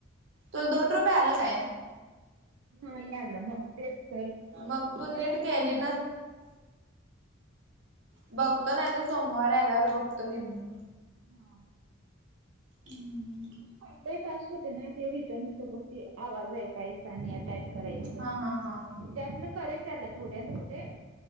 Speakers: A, on the right (about 60°); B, on the right (about 90°).
A: तुला दोन रुपये आलं काय?
B: नाही आला मग तेच तर
A: मग तू
B: मला
A: नीट
B: येताना
A: केली
B: अजून
A: बघतो नाही तर सोमवार आल्यावर बघतो ती मी
B: हा
A: हम्म
B: पहिले टास्क होते ना ते रिटर्न होत बघती आवाज ऐकायचा आणि टाईप करायचं
A: हा हा हा.
B: त्यातले करेक्ट आले थोड्या थोडे